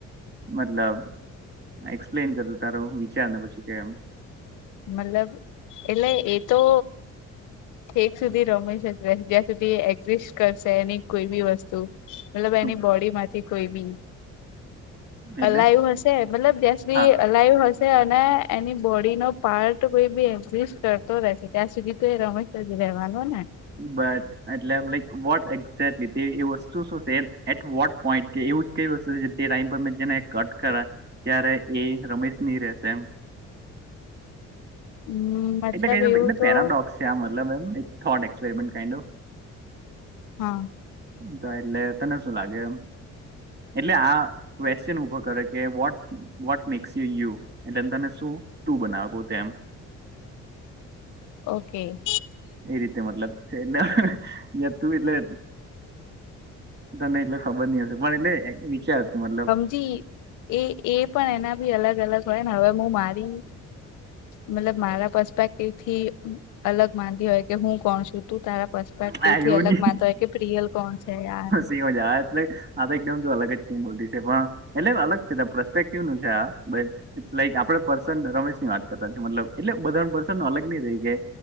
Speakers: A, on the right; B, on the left.
A: મતલબ એક્સપ્લેન કર તારો વિચાર ને પછી કેમ?
B: મતલબ એટલે એ તો એક સુધી રમેશ જ જ્યાં સુધી એક્સિ કરશે એની કોઈ બી વસ્તુ. મતલબ
A: શું
B: એની બોડી માંથી કોઈ બી હ
A: એટલે
B: અલાય હશે મતલબ ગેસ બી
A: હા
B: અલાયુ હશે અને એની બોડીનો પાર્ટ કોઈ બી એક્ઝિસ્ટ કરતો રહેશે ત્યાં સુધી તો એ રમેશ જ રહેવાનો ને?
A: બટ, એટલે લક વોટ એક્ઝેક વત શું છે વોટ પોઈન્ટ કે એવું? કવી વસ્તુ તે ટાઈમ પર મે જેને કટ કર ત્યારે એ રમેશ ની રહેશે એમ
B: હમ મતલબ
A: એટલે ક એટલે
B: એવું તો
A: પેરાડોક્સ છે મતલબથોટ <inaudible> કાઈન્ડ ઓફ
B: હા
A: તો એટલે તને શું લાગે એમ? એટલે આ ક્વેશ્ચન ઉભો કરે કે what? What makes you you એટલે તને શું તું બનાવે પોતે એમ.
B: ઓકે
A: એ રીતે મતલબ છે એટલે જ હતું એટલે? તને એટલે ખબર ની હશે પણ એટલે વિચાર મતલબ
B: જી એ એ પણ એના ભી અલગ અલગ હોય ને હવે હું મારી મતલબ મારા પરસ્પેક્ટિવથી અલગ માતી હોય કે હું કોણ છું તું તારા પસ્પેક્ટિવ
A: હા
B: થી
A: એવું
B: અલગ માનતો હોય કે પ્રિયલ કોણ છે યાર?
A: મજા એટલે આ તો એકદમ અલગ જ કેમ બોલતી છે પણ એટલે અલગ પરસ્પેક્ટિવ નું છે આ બેય ઇટ્સ લાઈક આપણે પર્સન રમેશ ની વાત કરતાએ મતલબ એટલે બધા પર્સન ન અલગ નહ રહી ગ